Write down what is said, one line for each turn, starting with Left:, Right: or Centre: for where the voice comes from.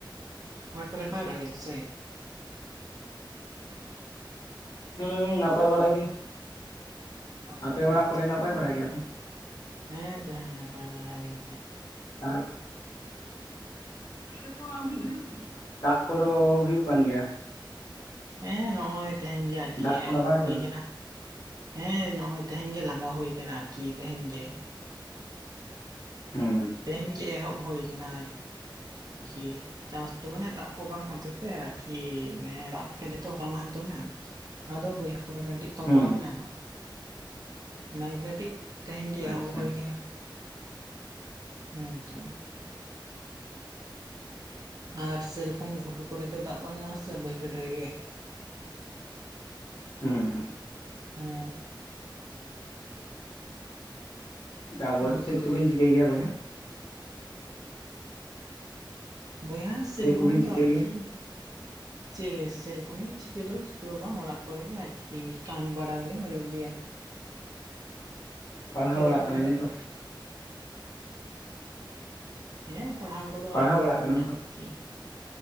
Right: <unintelligible> ᱱᱟᱯᱟᱭ ᱵᱟᱲᱟ ᱜᱮᱭᱟ ᱯᱮ ᱥᱮ?
Left: ᱦᱩᱸᱻ ᱱᱟᱯᱟᱭ ᱵᱟᱲᱟ ᱜᱮ
Right: ᱟᱪᱪᱷᱟ
Left: ᱟᱯᱮ ᱚᱲᱟᱜ
Right: ᱟᱪᱪᱷᱟ
Left: ᱠᱚᱨᱮ ᱱᱟᱯᱟᱭ ᱵᱟᱲᱟ ᱜᱮᱭᱟ ᱠᱚ?
Right: ᱦᱮᱸ ᱛᱚ ᱦᱮᱸ ᱱᱟᱯᱟᱭ ᱵᱟᱲᱟ ᱜᱮᱭᱟᱞᱮ ᱾
Left: ᱟᱨ <unintelligible> ᱼᱼ ᱪᱟᱥ ᱠᱚ ᱫᱚ ᱦᱩᱭᱩᱜ ᱠᱟᱱ ᱜᱮᱭᱟ?
Right: ᱦᱮᱸ ᱱᱚᱜ-ᱚᱭ ᱛᱮᱦᱮᱧ ᱜᱮ ᱟᱨᱠᱤ
Left: ᱫᱟᱜ ᱠᱚ
Right: ᱮᱦᱚᱵ
Left: ᱞᱟᱜᱟᱣ
Right: ᱦᱩᱭ
Left: ᱠᱟᱱᱟ
Right: ᱟᱠᱟᱱᱟ ᱾ ᱦᱮᱸ ᱱᱚᱜᱼᱚᱭ ᱛᱮᱦᱮᱧ ᱜᱮ ᱞᱟᱸᱜᱟ ᱦᱩᱭ ᱠᱟᱱᱟ ᱟᱨᱠᱤ ᱛᱮᱦᱮᱧ ᱜᱮ ᱾
Left: ᱦᱩᱸ ᱾
Right: ᱛᱮᱦᱮᱧ ᱜᱮ ᱮᱦᱚᱵ ᱦᱩᱭ ᱟᱠᱟᱱᱟ ᱟᱨᱠᱤ ᱪᱟᱥ ᱫᱚ ᱢᱟᱱᱮ ᱫᱟᱜ ᱠᱚ ᱵᱟᱝ ᱦᱚ ᱛᱮᱛ ᱛᱮ ᱟᱨᱠᱤ ᱢᱟᱱᱮ ᱨᱟᱜ ᱠᱮᱫ ᱫᱚ ᱦᱚᱞᱟ ᱢᱟᱫᱷᱮᱨ ᱫᱚᱢᱮ ᱟᱫᱚ ᱵᱟᱹᱭᱦᱟᱹᱲ ᱠᱚᱨᱮ ᱠᱟᱹᱴᱤᱡ ᱛᱚᱢᱵᱟ
Left: ᱦᱩᱸ
Right: ᱮᱱᱟ ᱚᱱᱟ ᱜᱮ ᱠᱟᱹᱴᱤᱡ ᱛᱮᱦᱮᱧ ᱜᱮ ᱮᱦᱚᱵ
Left: ᱟᱪᱪᱷᱟ
Right: ᱦᱩᱭ ᱟᱠᱟᱱᱟ ᱦᱮᱸ ᱛᱚ ᱟᱨ ᱥᱮᱨᱚᱠᱚᱢ ᱜᱷᱩᱴᱩ ᱠᱚᱨᱮ ᱫᱚ ᱫᱟᱜ ᱵᱟᱹᱱᱩᱜᱼᱟ ᱥᱮ ᱵᱟᱹᱭᱦᱟᱹᱲ ᱨᱮᱜᱮ
Left: ᱦᱩᱸ
Right: ᱦᱩᱸ
Left: ᱡᱟᱵᱚᱨ
Right: ᱤᱱᱠᱟᱹ
Left: ᱪᱮᱫ ᱠᱚ ᱵᱤᱱ ᱪᱤᱠᱟᱹᱭ ᱜᱮᱭᱟ ᱵᱚᱭᱦᱟ
Right: ᱵᱚᱭᱦᱟ ᱥᱮᱨᱚᱠᱚᱢ
Left: ᱪᱮᱫ ᱠᱚᱵᱤᱱ ᱪᱤᱠᱟᱹᱭ
Right: ᱫᱚ ᱟᱨᱠᱤ
Left: <unintelligible>
Right: ᱪᱮ ᱥᱮᱨᱚᱠᱚᱢ ᱜᱮ ᱪᱤᱠᱟᱹ ᱫᱚ ᱪᱤᱠᱟᱹ ᱦᱚᱸ ᱵᱟᱝ ᱚᱲᱟᱜ ᱠᱚᱨᱮ ᱜᱮ ᱟᱨᱠᱤ ᱠᱟᱹᱢᱤ ᱵᱟᱲᱟ ᱜᱮ ᱦᱩᱭᱩᱜ ᱜᱮᱭᱟ
Left: ᱯᱟᱲᱦᱟᱣ
Right: ᱥᱮᱨᱚᱠᱚᱢ
Left: ᱵᱟᱲᱟᱜ ᱠᱟᱱᱟ
Right: ᱮᱴᱟᱜ
Left: ᱵᱤᱱ ᱛᱚ
Right: ᱦᱮᱸ ᱯᱟᱲᱦᱟᱣ ᱠᱚᱫᱚ
Left: ᱯᱟᱲᱦᱟᱣ
Right: ᱦᱳᱭᱞᱳ
Left: ᱵᱟᱲᱟᱜ
Right: ᱠᱟᱱᱟ
Left: ᱠᱟᱱᱟᱢ ᱛᱚ
Right: ᱟᱨᱠᱤ